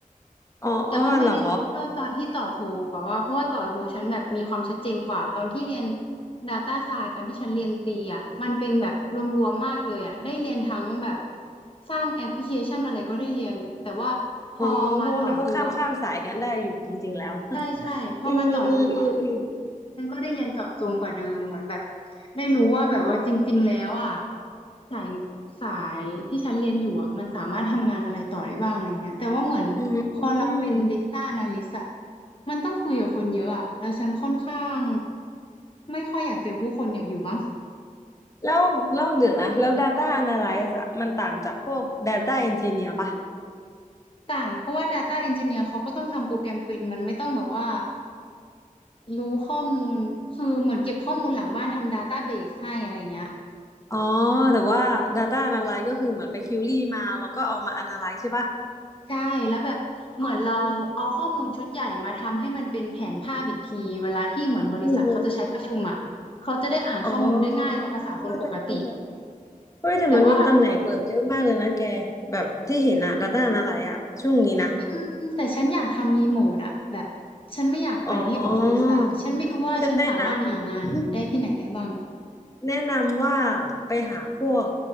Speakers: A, on the left; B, on the left.
A: อ๋ออ๋อเหรอ
B: แต่ว่าไม่ได้ลึกเท่าตอนที่ต่อโทแบบว่าเพราะว่าต่อโทฉันแบบมีความชัดเจนกว่าตอนที่เรียน Data Science ตอนที่ฉันเรียนตรีอ่ะมันเป็นแบบรวมๆมากเลยอ่ะได้เรียนทั้งแบบสร้างแอปพลิเคชันอะไรก็ได้เรียนแต่ว่าพอมาต่อโทอ่ะ
A: อ๋อเพราะว่ามันก็ข้ามข้ามสายกันได้อยู่จริงๆแล้ว
B: ใช่ใช่พอมาต่อโทอ่ะ
A: <laughs> อืมอืมอืมอืม
B: มันก็ได้เรียนเจาะจงกว่าเดิมเหมือนแบบได้รู้ว่าแบบว่าจริงๆแล้วอ่ะสายสายที่ฉันเรียนอยู่อ่ะมันสามารถทำงานอะไรต่อได้บ้างอะไรเงี้ยแต่ว่าเหมือนพอเราเป็น
A: อืมอืม
B: Data Analyst อ่ะมันต้องคุยกับคนเยอะอ่ะแล้วฉันค่อนข้างไม่ค่อยอยากเจอผู้คนอยากอยู่บ้าง
A: แล้วแล้วเดี๋ยวนะแล้ว Data Analysis อะมันต่างจากพวก Data Engineer ป่ะ
B: ต่างเพราะว่า Data Engineer เขาก็ต้องทำโปรแกรมเป็นมันไม่ต้องแบบว่ารู้ข้อมูลคือเหมือนเก็บข้อมูลหลังบ้านทำ Database ให้อะไรเงี้ย
A: อ๋อแต่ว่า Data Analysis ก็คือเหมือนไปคิวรี่มาแล้วก็เอามา Analyze ใช่ป่ะ
B: ใช่แล้วแบบเหมือนเราเอาข้อมูลชุดใหญ่มาทำให้มันเป็นแผนภาพอีกทีเวลาที่เหมือนบริษัทเขาจะใช้ประชุมอ่ะเขาจะได้อ่านข้อมูลได้ง่ายในภาษาคนปกติ
A: อ๋ออืม อ๋อเข้าใจเข้าใจเฮ้ยแต่มันมีตำแหน่งเปิดเยอะมากเลยนะแกแบบที่เห็นอะระด้านอะไรอะช่วงนี้นะ
B: แต่ว่าอืมแต่ฉันอยากทำรีโมทอ่ะแบบฉันไม่อยากไปที่ออฟฟิศอ่ะฉันไม่รู้ว่าฉันสามารถหางานได้ที่ไหนได้บ้าง
A: อ๋อฉันแนะนำ แนะนำว่าไปหาพวก